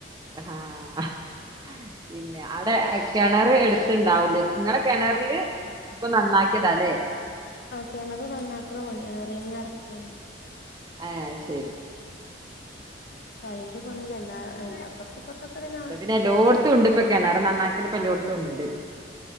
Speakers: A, on the right; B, on the left.
A: ആഹ് പിന്നെ അവിടെ എഹ് കെണറ് എട്ത്ത്ണ്ടാവുലേ ഇങ്ങളെ കെണറില് ഇപ്പം നന്നാക്കിയതാ ല്ലേ
B: ആഹ് കെണറ് നന്നാക്ക്ണ പണിയാണ് റിങ് എറക്കിയാണ്ട്
A: ഏഹ് അത് ശരി
B: ഇപ്പൊ അയിന്റെ പണി കഴിന്താ എന്താ അപ്പർത്തുപ്പർത്തൊക്കെ ഇതന്ന
A: ഇപ്പൊ പിന്നെ എല്ലോട്ത്തുണ്ട് ഇപ്പൊ കെണറ് നന്നാക്കലും ഇപ്പൊ എല്ലോട്ത്തുണ്ട്